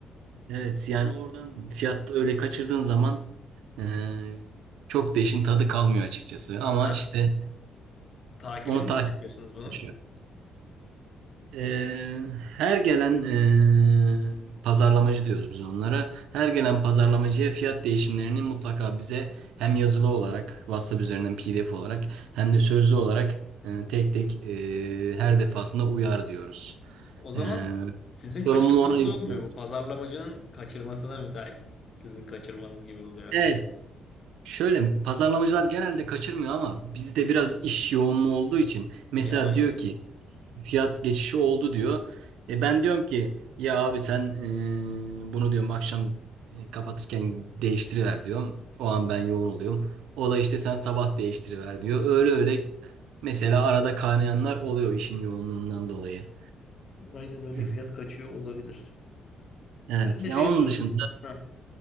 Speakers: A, on the right (about 85°); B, on the left (about 50°).
A: Evet yani oradan fiyatta öyle kaçırdığın zaman e, çok da işin tadı kalmıyor açıkçası. Ama
B: Ha,
A: işte
B: takibini
A: onu takip
B: nasıl yapıyorsunuz bunun?
A: ediyoruz. Eee, her gelen eee, pazarlamacı diyoruz biz onlara. Her gelen pazarlamacıya fiyat değişimlerini mutlaka bize hem yazılı olarak WhatsApp üzerinden PDF olarak hem de sözlü olarak eee, tek tek eee, her defasında uyar diyoruz.
B: O zaman
A: Eee
B: sizin
A: sorumluluğu
B: kaçırmanız
A: ona yüklüyoruz.
B: olmuyor. Bu pazarlamacının kaçırmasına müteakip. Sizin kaçırmanız gibi oluyor.
A: Evet. Şöyle pazarlamacılar genelde kaçırmıyor ama bizde biraz iş yoğunluğu olduğu için mesela
B: Ya aynen.
A: diyor ki fiyat geçişi oldu diyor. E ben diyorum ki ya abi sen e, bunu diyorum akşam e, kapatırken değiştiriver diyorum. O an ben yoğun oluyorum. O da işte sen sabah değiştiriver diyor. Öyle öyle mesela arada kaynayanlar oluyor işin yoğunluğundan dolayı.
B: Aynen öyle
A: Hı.
B: fiyat kaçıyor olabilir.
A: Evet
B: Ben de
A: ya
B: şeyle
A: onun
B: uğraşıyorum.
A: dışında
B: Heh.